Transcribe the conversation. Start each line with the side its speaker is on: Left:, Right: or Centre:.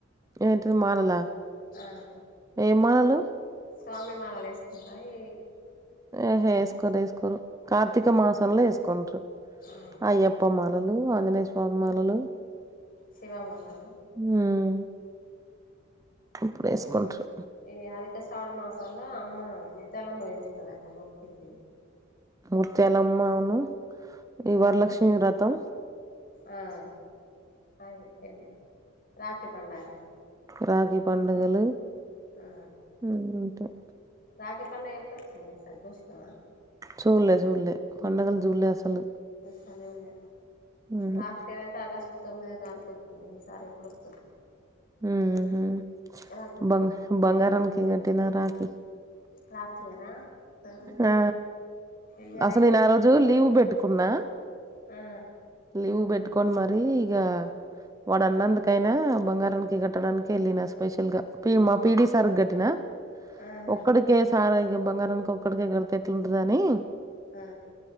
Right: ఏంటిది మాలలా?
Left: ఆ
Right: ఏం మాలలు
Left: స్వామి మాలవేసుకుంటాయి
Right: ఆహ వేస్కోరు వేసుకోరు కార్తీక మాసంలో వేస్కోండు
Left: ఆ
Right: అయ్యప్ప మొత్తం మాలలు ఆంజనేయ స్వామి మాలలు
Left: శివ మాలలు
Right: హ్మ్ ఇప్పుడు వేసుకుంటారు
Left: ఈ అధిక శ్రావణ మాసాల అమ్మ ముత్యాలమ్మ వేస్తుందిట మొగ్కింది
Right: ముత్యాలమ్మను ఈ వరలక్ష్మి వ్రతం
Left: ఆ అయిపోయింది రాఖి పండగ
Right: రాఖి పండుగలు
Left: ఆ
Right: హ్మ్. ఉంటాయి
Left: రాఖీ పండుగ ఎప్పుడు వచ్చింది ఈసారి చూసినవా
Right: చూడలే చూడలే పండగలు చూడలే అసలు
Left: ఒకసారి చూడలే
Right: ఉహు
Left: లాస్ట్ ఇయర్ అయితే ఆగస్టు తొమ్మిదో తారీఖు వచ్చింది ఈసారి ఎప్పుడు వస్తుంది
Right: ఉహు హు
Left: రాఖీ
Right: బంగ
Left: పండగ
Right: బంగారాకి కట్టిన రాఖి
Left: లాస్ట్ ఇయరా ఆహా
Right: ఆ
Left: ఈ ఇయరే
Right: అసలు నా ఆ రోజు లీవ్ పెట్టుకు కున్నా
Left: ఆ
Right: లీవ్ పెట్టుకోడి మరి ఇగా వాడు అన్నందుకైనా బంగారామా కట్టడానికి వెళ్ళిన స్పెషల్ గా ప మా పిడి సార్ కట్టినా
Left: ఆహా
Right: ఒక్కడి ఇ సారా ఇక బంగారానికి ఒక్కడికిక్కడితే ఎట్లుంటద అని
Left: ఆ